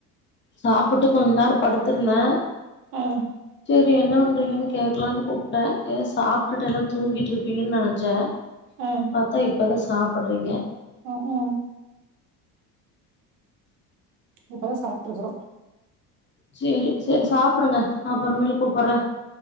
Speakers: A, on the left; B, on the right.
A: சாப்ட்டுட்டு கொஞ்சோ நேர படுத்துருந்தே
B: ம்
A: செரி என்ன பண்றீங்கன் கேக்கலான் கூப்ட்டே எ சாப்ட்டுட்டு எல்லா தூங்கிட்ருப்பீங்கன் நெனச்சே
B: ஆ
A: பாத்தா இப்பதா சாப்பட்றீங்க
B: ஹ் ஹ் ம் இப்பதா சாப்ட்ருக்கறோ
A: சேரி சேர் சாப்புடுங்க அப்றமேல் கூப்பட்றே